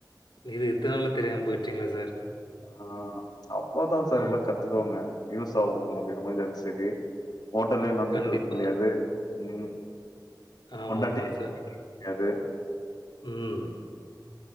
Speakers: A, on the left; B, on the left.
A: இது இத்தன நாளு தெரியாம போய்டுச்சுங்களே சார்
B: ஆ அவ்ளோதா சார் எல்லா கத்துக்கோங்க யூஸ் ஆகு ஒங்களுக்கு எமெர்ஜென்சிக்கு ஹோட்டலே நம்பிட்டு
A: கண்டிப்பா.
B: இருக்க முடியாது ம்
A: ஆமா,
B: பொண்டாட்டி
A: ஆமாங்க சார்.
B: <inaudible> யாது
A: ம்